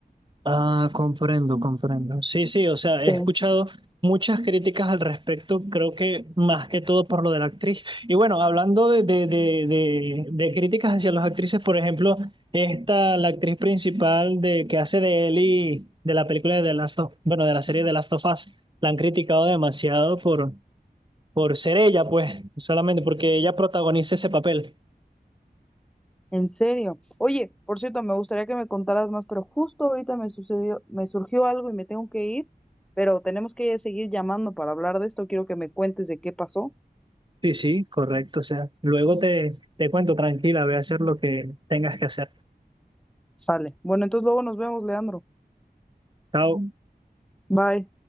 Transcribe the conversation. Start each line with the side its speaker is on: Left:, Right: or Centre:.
Right: Ah, comprendo, comprendo. Sí, sí, o sea, he
Centre: Sí.
Right: escuchado muchas críticas al respecto, creo que más que todo por lo de la actriz. Y bueno, hablando de, de, de, de, de críticas hacia las actrices, por ejemplo, esta, la actriz principal de, que hace de Ellie, de la película de The Last of, bueno, de la serie de Last of Us, la han criticado demasiado por, por ser ella, pues, solamente porque ella protagoniza ese papel.
Centre: En serio. Oye, por cierto, me gustaría que me contaras más, pero justo ahorita me sucedió, me surgió algo y me tengo que ir, pero tenemos que seguir llamando para hablar de esto. Quiero que me cuentes de qué pasó.
Right: Sí, sí, correcto. O sea, luego te, te cuento, tranquila, ve a hacer lo que tengas que hacer.
Centre: Sale. Bueno, entonces luego nos vemos, Leandro.
Right: Chao.
Centre: Bye.